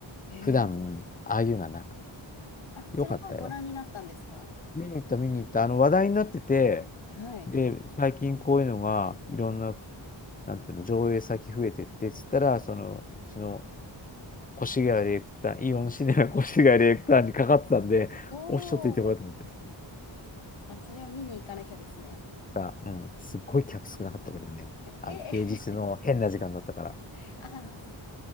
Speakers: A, on the left (about 75°); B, on the left (about 20°).
A: へ
B: 普段、ああいうのはなかった。
A: あ、
B: よかったよ。
A: それはご覧になったんですか
B: 見に行った、見に行った。あの、話題になってて、
A: はい。
B: で、最近こういうのが、いろんな、なんていうの、上映先増えてって、つったら、その、うちの越谷ディレクター、イオンシネマ越谷ディレクターにかかってたんで、
A: おー。
B: おっしゃっていてもらったと思って。
A: あ、それは見に行かなきゃですね。
B: が、うん。すっごい客少なかったけどね。
A: ええ、
B: あの、平日の変な時間だったから。
A: <laughs> ああ、そっか